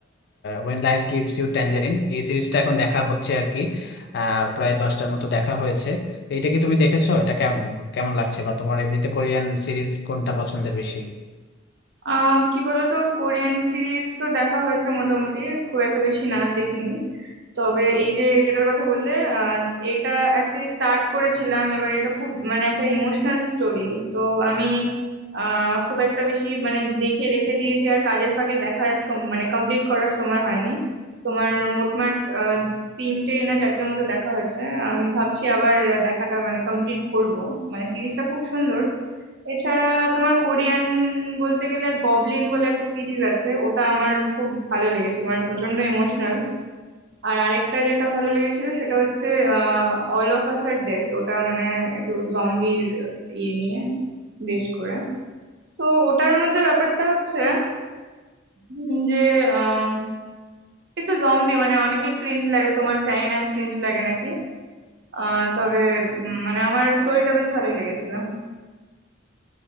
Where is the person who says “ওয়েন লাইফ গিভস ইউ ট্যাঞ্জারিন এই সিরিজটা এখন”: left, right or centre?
Left